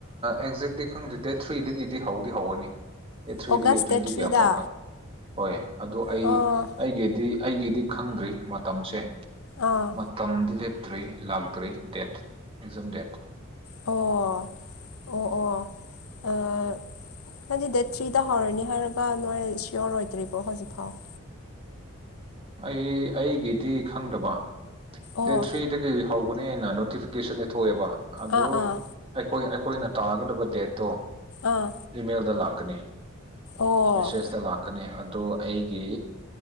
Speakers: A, on the right; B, on the left.
A: ꯑꯦꯛꯖꯦꯗꯤ ꯈꯪꯗꯦ ꯗꯦꯠ ꯊ꯭ꯔꯤꯗꯒꯤꯗꯤ ꯍꯧꯗꯤ ꯍꯧꯒꯅꯤ ꯑꯦꯠ ꯊ꯭ꯔꯤꯗꯒꯤ
B: ꯑꯣꯒꯁ
A: ꯇ꯭ꯋꯦꯟꯇꯤ
B: ꯗꯦꯠ ꯊ꯭ꯔꯤꯗ
A: ꯀꯌꯥ ꯐꯥꯎꯗ꯭ꯔꯥ ꯍꯣꯏ ꯑꯗꯨꯣ ꯑꯩ
B: ꯑꯣ
A: ꯑꯩꯒꯤꯗꯤ ꯑꯩꯒꯤꯗꯤ ꯈꯪꯗ꯭ꯔꯤ ꯃꯇꯝꯁꯦ
B: ꯑꯥ
A: ꯃꯇꯝꯗꯤ ꯂꯦꯞꯇ꯭ꯔꯤ ꯂꯥꯛꯇ ꯭ꯔꯔꯤ ꯗꯦꯠꯖꯝ ꯗꯦꯠ
B: ꯑꯣ ꯑꯣ ꯑꯣ ꯍꯥꯏꯗꯤ ꯗꯦꯠ ꯊ꯭ꯔꯤꯗ ꯍꯧꯔꯅꯤ ꯍꯥꯏꯔꯒ ꯅꯣꯏ ꯁꯤꯌꯣꯔ ꯑꯣꯏꯗ꯭ꯔꯤꯕꯣ ꯍꯧꯖꯤꯛ ꯐꯥꯎ <inaudible>
A: ꯑꯩ ꯑꯩꯒꯤꯗꯤ ꯈꯪꯗꯕ
B: ꯑꯣ
A: ꯗꯦꯠ ꯊ꯭ꯔꯤꯗꯒꯤ ꯍꯧꯒꯅꯦꯅ ꯐꯤꯀꯦꯁꯟ ꯊꯣꯛꯑꯦꯕ ꯑꯗꯨ
B: ꯑꯥ ꯑꯥ
A: ꯑꯩꯈꯣꯏ ꯑꯩꯈꯣꯏꯅ ꯇꯥꯒꯗꯕ ꯗꯦꯠꯇꯣ
B: ꯑꯥ
A: ꯏꯃꯦꯜꯗ ꯂꯥꯛꯀꯅꯤ
B: ꯑꯣ
A: ꯃꯦꯁꯦꯁꯇ ꯂꯥꯛꯀꯅꯤ ꯑꯗ ꯑꯩꯒꯤ